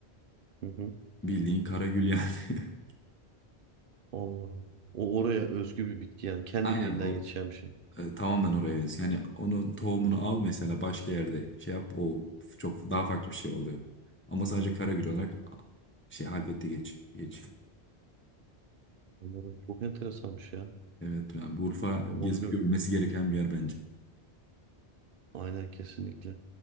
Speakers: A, on the right; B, on the left.
A: Hı hı.
B: Bildiğin kara gül yani. <laughs>
A: Allah'ım. O oraya özgü bir bitki yani kendiliğinden
B: Aynen or
A: yetişen bir şey.
B: e, tamamen oraya özgü. Yani onun tohumunu al mesela başka yerde şey yap o çok daha farklı bir şey oluyor. Ama sadece kara gül olarak Şey Halfet'te geç. Geç.
A: Onların çok enteresanmış ya.
B: Evet yani bu Urfa
A: Ya onu
B: gezip
A: gö
B: görülmesi gereken bir yer bence.
A: Aynen kesinlikle.